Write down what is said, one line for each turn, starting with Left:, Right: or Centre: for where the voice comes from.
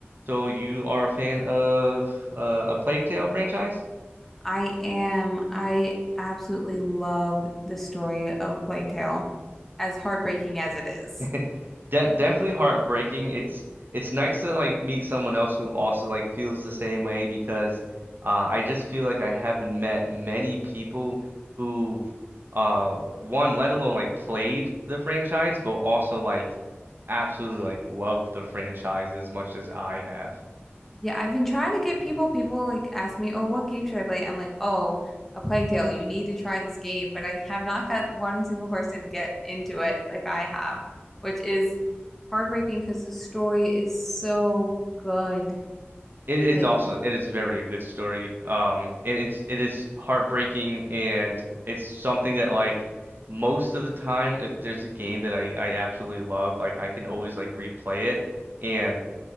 Right: So you are a fan of uh, a Plague Tale franchise?
Centre: I am. I absolutely love the story of A Plague Tale, as heartbreaking as it is.
Right: <laughs> De definitely heartbreaking. It's it's nice to like meet someone else who also like feels the same way because uh, I just feel like I haven't met many people who've uh one, let alone like played the franchise, but also like absolutely like love the franchise as much as I have.
Centre: Yeah, I've been trying to get people, people like ask me, oh, what game should I play? I'm like, oh, A Plague Tale, you need to try this game. But I have not got one single person get into it like I have, which is heartbreaking because the story is so good.
Right: It is
Centre: Like,
Right: also it is very good story. Um, and it's it is heartbreaking, and it's something that like most of the time, if there's a game that I I absolutely love, like I can always like replay it. And